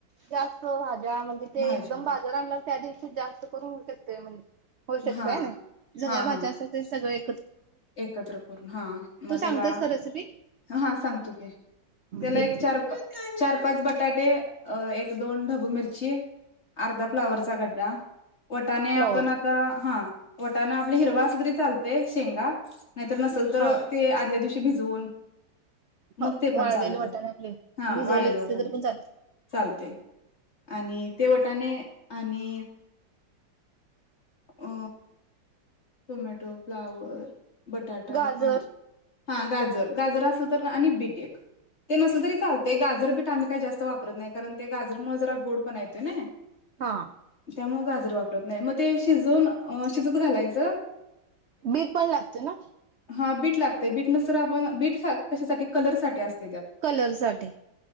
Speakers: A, on the right; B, on the left.
A: जास्त भाज्या म्हणजे, ते
B: भाज्या
A: एकदम बाजार आणलासा त्या दिवशी जास्त करून ऊ शकतेय म्हणे होऊ शकतय,
B: हा
A: सगळ्या
B: हा
A: भाज्या
B: हा
A: असल्या तरी सगळे,
B: एकत्र करून हा मग
A: तू
B: त्याला
A: सांगतेस का रेसिपी
B: हां सांगतो की त्याला
A: ते
B: एक चार चार पाच ब.. बटाटे, एक-दोन ढबू मिर चे अर्धा फ्लावरचा गड्डा वटाने
A: फ्लॉवर
B: आपण आता हां.. वटाणा आपलं हिरवा असलाय तरी चालतेय, शेंगा.. नाहीतर नसेल तर
A: हा
B: ते आदल्या दिवशी.. भिजवून
A: हो
B: मग ते पण
A: वाळलेले
B: चालतं
A: वाटाणे आपले
B: हा
A: भिजवले
B: वाळलेले
A: असले
B: वटाणे
A: तरी पण चालते
B: चालतेय आणि ते... त्याने आणि अ टोमॅटो फ्लावर बटाटा
A: गाजर
B: हा हा गाजर गाजर असलं तर आणि बीट एक ते नसलं तरी चालतं गाजर बीट आम्ही काही जास्त वापरत नाही कारण ते गाजर मु जरा गोड पण येत ना
A: हा
B: त्यामुळ नाही मग ते शजून शिज घालायच तर
A: बीट पण लागत ना
B: हा बीट लागतेय बीट नस तरर आपण बीट कशासाठी कलरसाठी असत
A: कलरसाठी